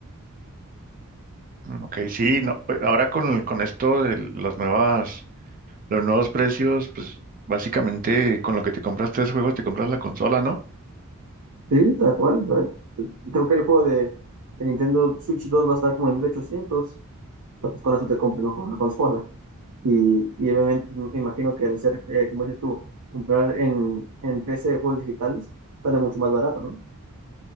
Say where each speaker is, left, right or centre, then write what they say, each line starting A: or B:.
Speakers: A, on the right; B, on the right.
A: Mm, Ok, sí, no, eh, ahora con, con esto de las nuevas, los nuevos precios, pues básicamente con lo que te compras tres juegos te compras la consola, ¿no?
B: Sí, tal cual. eh, Creo que el juego de, de Nintendo Switch dos va a estar como en 1800. pero Pues con eso te compras una consola. Y, y obviamente pues, me imagino que al ser, eh, como dices tú, comprar en, en PC de juegos digitales, sale mucho más barato,